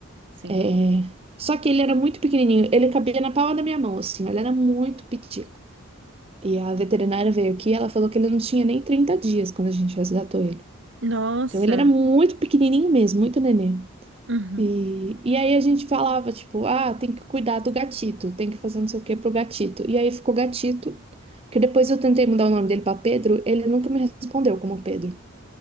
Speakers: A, on the right (about 60°); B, on the right (about 30°).
A: sim.
B: É, Só que ele era muito pequenininho, ele cabia na palma da minha mão, assim, ele era muito pitico. E a veterinária veio aqui, e ela falou que ele não tinha nem 30 dias quando a gente resgatou ele.
A: Nossa.
B: Então ele era muito pequenininho mesmo, muito nenê.
A: Uhum.
B: E, e aí a gente falava, tipo, ah, tem que cuidar do gatito, tem que fazer não sei o que pro gatito. E aí ficou gatito, porque depois eu tentei mudar o nome dele pra Pedro, ele nunca me respondeu como Pedro.